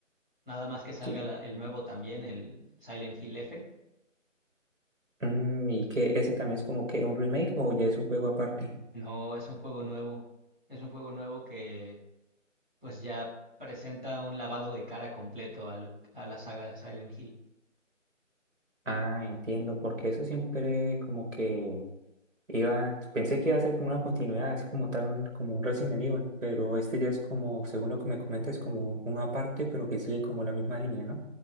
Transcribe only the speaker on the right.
Sí.
Mm, ¿y qué? ¿Ese también es como que un remake o ya es un juego aparte?
Ah, entiendo, porque eso siempre como que iba, pensé que iba a ser como una continuidad, así como tal, un- como un Resident Evil, pero este ya es como, según lo que me comentas, como uno aparte, pero que sigue como la misma línea, ¿no?